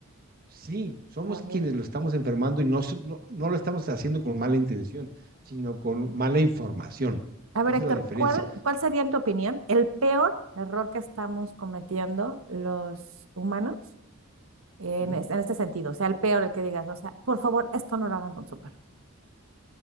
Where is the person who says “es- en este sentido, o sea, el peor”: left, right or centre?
Right